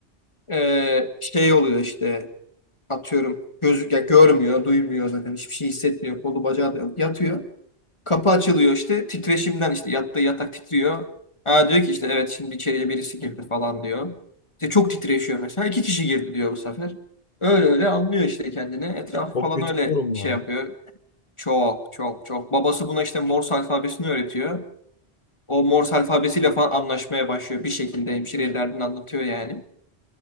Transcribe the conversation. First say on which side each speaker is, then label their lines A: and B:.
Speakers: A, on the left (about 25°); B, on the left (about 45°).
A: Ee, şey oluyor işte atıyorum gözü ya görmüyor, duymuyor zaten hiçbir şey hissetmiyor. Kolu bacağı da yok. Yatıyor. Kapı açılıyor işte titreşimden işte yattığı yatak titriyor. Aa diyor ki işte evet şimdi içeriye birisi girdi falan diyor. İşte çok titreşiyor mesela. İki kişi girdi diyor bu sefer. Öyle öyle anlıyor işte kendini. Etrafı
B: Çok
A: falan
B: kötü
A: öyle
B: bir durum
A: şey
B: lan.
A: yapıyor. Çok çok çok. Babası buna işte Morse alfabesini öğretiyor. O Morse alfabesiyle falan anlaşmaya başlıyor. Bir şekilde hemşireye derdini anlatıyor yani.